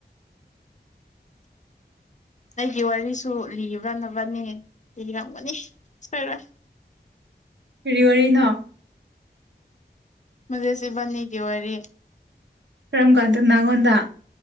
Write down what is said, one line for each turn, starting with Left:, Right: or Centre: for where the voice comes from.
Left: ꯑꯩꯒꯤ ꯋꯥꯔꯤꯁꯨ ꯂꯤ꯭ꯔꯅꯕꯅꯤ ꯂꯤꯔꯝꯒꯅꯤ ꯁꯣꯏꯔꯣꯏ
Right: ꯀꯔꯤ ꯋꯥꯔꯤꯅꫭ꯫
Left: ꯃꯖꯦ ꯁꯤꯕꯅꯤꯒꯤ ꯋꯥꯔꯤ
Right: ꯀꯔꯝꯀꯥꯟꯗ ꯇꯅꯥꯡꯉꯣꯗ